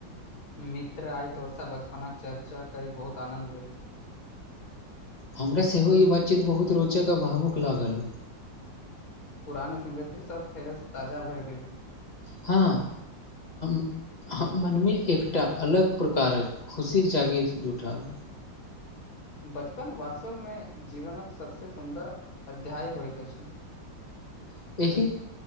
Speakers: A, on the left (about 50°); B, on the left (about 25°).
A: मित्र आई तोर स बचपनक चर्चा कै बहुत आनंद भेल
B: हमरा सेहो ई बातचीत बहुत रोचक आ भावुक लागल
A: पुरान स्मृति सब फेर सँ ताजा भए गेल
B: हँ <unintelligible> ह मनमे एकटा अलग प्रकारक खुशी जागीत उठल
A: बचपन वास्तव में जीवनक सबसे स सुंदर अध्याय होइत अछि
B: <inaudible>